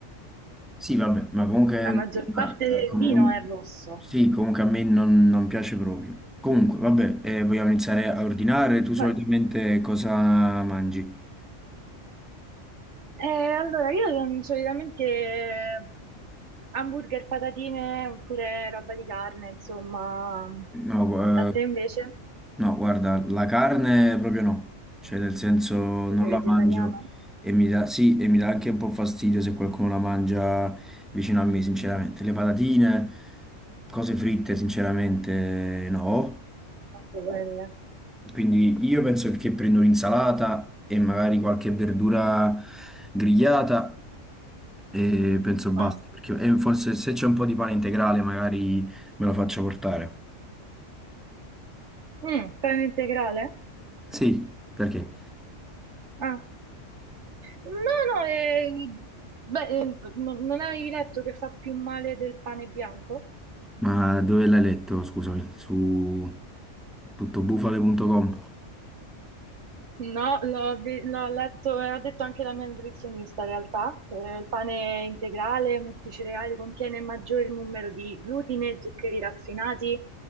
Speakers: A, in the centre; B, on the right.
A: Sì, vabbè, ma comunque...
B: la maggior
A: ma,
B: parte
A: eh,
B: del
A: comun-
B: vino è rosso.
A: Sì, comunque a me non, non piace proprio. Comunque, vabbè, eh, vogliamo iniziare a ordinare? Tu solitamente
B: Vabbè.
A: cosa mangi?
B: Eh, allora, io non- solitamente eh, hamburger, patatine oppure roba di carne, insomma.
A: No,
B: A te
A: eh,
B: invece?
A: No, guarda, la carne proprio no, cioè nel senso
B: Tu
A: non
B: sei
A: la
B: vegetariano?
A: mangio e mi dà, sì, e mi dà anche un po' fastidio se qualcuno la mangia vicino a me, sinceramente. Le patatine, cose fritte, sinceramente no.
B: Anche quelle.
A: Quindi io penso che prendo un'insalata e magari qualche verdura grigliata e penso basta,
B: Ah.
A: perché e forse se c'è un po' di pane integrale magari me lo faccio portare.
B: Mm, pane integrale?
A: Sì, perché?
B: Ah. No, no, eh, beh, eh, no- non avevi letto che fa più male del pane bianco?
A: Ma dove l'hai letto, scusami? Su tuttobufale.com.
B: No, l'ho vi- l'ho letto e ha detto anche la mia nutrizionista in realtà. Eh, il pane integrale, multicereali, contiene maggior numero di glutine e zuccheri raffinati,